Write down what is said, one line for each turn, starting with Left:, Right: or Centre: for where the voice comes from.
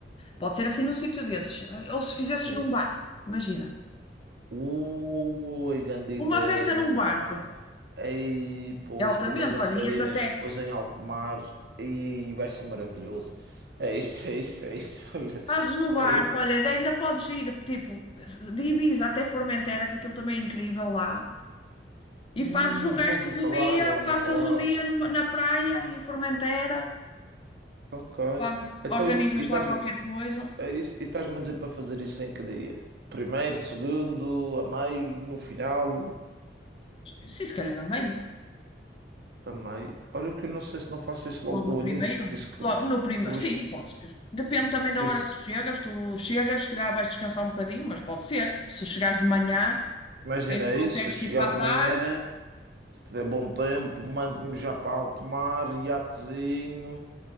Left: pode ser assim num sítio desses, ou se fizesses
Right: sim.
Left: num barco, imagina.
Right: Ui, grande ideia
Left: Uma festa
Right: num
Left: num
Right: barco.
Left: barco,
Right: Aí, pois,
Left: é altamente,
Right: com umas dançarinas,
Left: olha, ias até,
Right: depois em alto mar. E vai ser maravilhoso. É isso, é isso, é isso. <laughs> Olha,
Left: fazes no barco,
Right: é
Left: olha, ainda podes ir, tipo, de Ibiza até Formentera, que aquilo também é incrível lá.
Right: Hum,
Left: E fazes o resto
Right: já ouvi
Left: do
Right: falar,
Left: dia,
Right: já ouvi
Left: passas
Right: falar.
Left: o dia numa- na praia, em Formentera,
Right: Ok.
Left: faz-
Right: Então,
Left: organizas
Right: e estás,
Left: lá qualquer coisa.
Right: é isso- e estás-me a dizer para fazer isso em que dia? Primeiro, segundo, a meio, no final,
Left: Sim, se calhar a meio,
Right: a meio. Olha que eu não sei se não faço isso
Left: logo
Right: logo do
Left: no primeiro.
Right: início, porque isso, que-
Left: Logo no primeiro,
Right: pois,
Left: sim, pode ser. Depende também
Right: porque
Left: da hora
Right: isso,
Left: que tu chegas. Tu chegas, se calhar vais descansar um bocadinho, mas pode ser. Se chegares de manhã,
Right: imagina
Left: ainda consegues
Right: isso, se eu chegar
Left: ir para
Right: de
Left: a tarde
Right: manhã, se tiver bom tempo, mando-me já para alto mar, iatezinho,